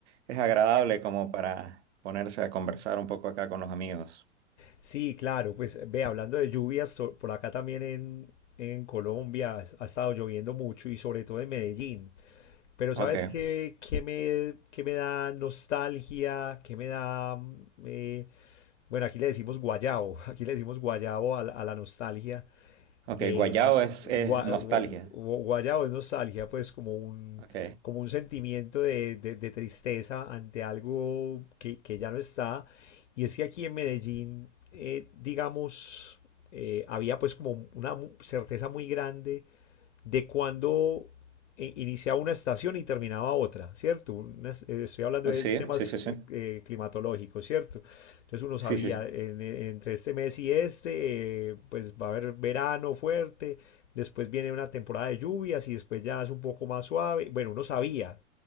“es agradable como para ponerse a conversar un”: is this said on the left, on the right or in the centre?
Right